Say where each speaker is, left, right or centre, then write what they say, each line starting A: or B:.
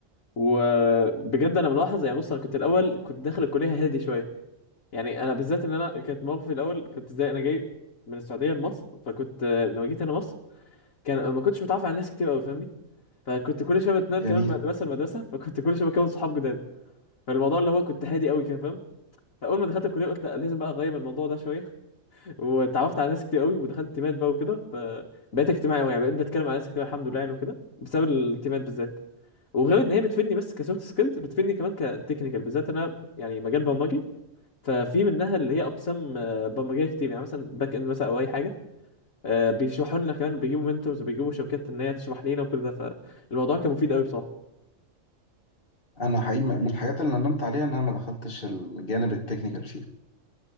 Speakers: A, on the left; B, on the left.
A: وبجد انا ملاحظ يعني بص انا كنت الاول كنت داخل الكلية هادي شوية يعني انا بالذات ان انا كانت موقفي الاول كنت زي انا جاي من السعوديه لمصر فكنت آه، لما جيت هنا مصر كان ما كنتش متعرف على ناس كتير قوي فاهمني فكنت كل شويه بتنقل
B: جميل
A: كمان من مدرسه لمدرسه فكنت كل شويه بكون صحاب جداد فالموضوع اللي هو كنت هادي قوي كده فاهم فاول ما دخلت الكليه قلت لا لازم بقى اغير الموضوع ده شويه <laughs> واتعرفت على ناس كتير قوي ودخلت تيمات بقى وكده فبقيت اجتماعي قوي يعني بقيت بتكلم على ناس كتير الحمد لله يعني وكده بسبب التيمات بالذات وغير ان هي بتفيدني بس كسوفت سكيلز بتفيدني كمان كتكنيكال بالذات انا يعني مجال برمجي ففي منها اللي هي اقسام آه، برمجيه كتير يعني مثلا باك اند مثلا او اي حاجه آه، بيشرحوا لنا كمان بيجيبوا منتورز وبيجيبوا شركات ان هي تشرح لنا وكل ده فالموضوع كان مفيد قوي بصراحه
B: انا حقيقي من الحاجات اللي ندمت عليها ان انا ما دخلتش الجانب التكنيكال فيها